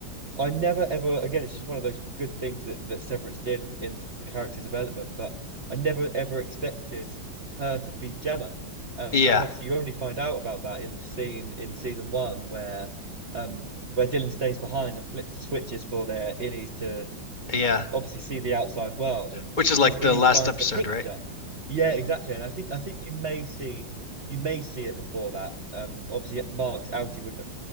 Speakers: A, on the right; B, on the left.
A: I never ever again. It's just one of those good things that that Severance did in the character development. But I never ever expected her to be Gemma. Um,
B: yeah,
A: and obviously, you only find out about that in the scene in season one where um where Dylan stays behind and flips the switches for their innies to
B: yeah.
A: obviously see the outside world and
B: Which is like
A: his Illy
B: the last
A: finds
B: episode,
A: the picture.
B: right?
A: Yeah, exactly. And I think I think you may see you may see it before that. Um obviously Mark's outie wouldn't have